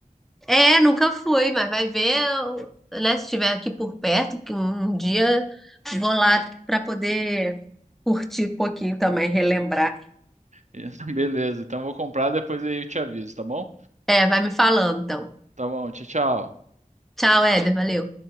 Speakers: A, in the centre; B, on the right.
A: É, nunca fui, mas vai ver, né? Se estiver aqui por perto, que um dia vou lá para poder curtir um pouquinho também, relembrar.
B: <laughs> Beleza, então vou comprar, depois aí eu te aviso, tá bom?
A: É, vai me falando então.
B: Tá bom, tchau, tchau.
A: Tchau, Éder, valeu.